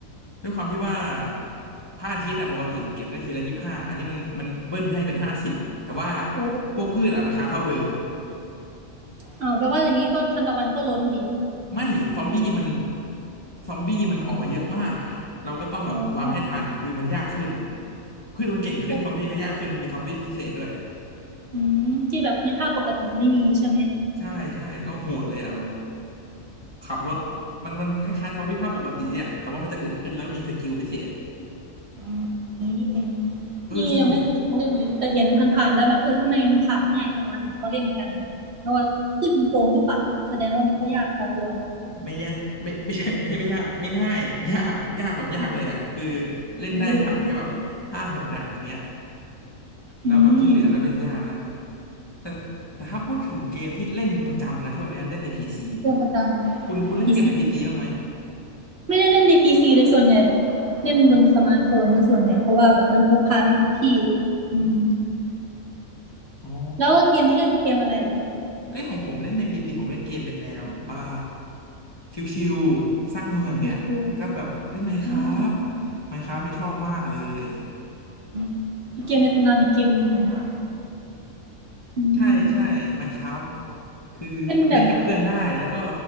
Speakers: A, on the left; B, on the right.
A: ด้วยความที่ว่าพระอาทิตย์อะปกติมันเก็บได้ทีละยี่สิบห้าอันนี้มันมันเบิ้ลให้เป็นห้าสิบแต่ว่า
B: โอ้
A: พวกพืชอะราคาเท่าเดิม
B: อ่าแปลว่าอย่างนี้ก็ทานตะวันก็ล้นดิ
A: ไม่ซอมบี้มันซอมบี้มันออกมาเยอะมากอะเราก็ต้องแบบวางให้ทันคือมันยากขึ้น
B: อ๋อ
A: พืชมันเก่งขึ้นซอมบี้ก็ยากขึ้นมีซอมบี้พิเศษด้วย
B: ก็อืมที่แบบในภาพปกติไม่มีใช่ไหม
A: ใช่ใช่ก็โหดเลยอ่ะแบบขับรถมันมันคล้ายๆซอมบี้ภาคปกติอ่ะแต่ว่ามันจะอึดขึ้นแล้วมีสกิลพิเศษ
B: อ๋ออย่างนี้นี่เอง
A: เออสนุก
B: นี่ยังไม่เคยเล่นเลยแต่เห็นผ่านๆแล้วแบบเออทำไมมันผ่านง่ายจังวะเห็นเขาเล่นกันอะไรเงี้ยเพราะว่าพืชมันโกงหรือเปล่าแสดงว่ามันก็ยากพอตัวเนาะ
A: ไม่ยากไม่ไม่ใช่ไม่ใช่ไม่ยากไม่ง่ายยากยากแบบยากเลยอ่ะคือ
B: อ
A: เล่นได้ผ่านแค่แบบห้าหกด่านอย่างเงี้ย
B: ือ
A: แล้วแบบที่เหลือก็เริ่มยากนะ
B: อืม
A: แต่แต่ถ้าพูดถึงเกมที่เล่นประจำนะช่วงเนี้ยเล่นในพีซี
B: เล่นประจ
A: คุณคุณเล่นเกมในพีซีบ้างไหม
B: ำพีซีไม่ได้เล่นในพีซีเลยส่วนใหญ่แบบเล่นบนสมาร์ทโฟนซะส่วนใหญ่เพราะว่าแบบมันพกพาได้ทุกที่อืม
A: อ๋อ
B: แล้วเกมที่เล่นเป็นเกมอะไรเหรอ
A: เอ้ยของผมเล่นในพีซีผมเล่นเกมเป็นแนวแบบว่าชิวๆสร้างเมืองเงี้ยก็แบบเล่น
B: Witcher
A: Minecraft
B: อืม
A: Minecraft นี่ชอบมากเลย
B: อืมอีกเกมในตำนานอีกเกมหนึ่งเลยละอืม
A: ใช่ใช่ Minecraft คือมันเล่นกับเพื่อนได้แล้วก็
B: เป็นแบบ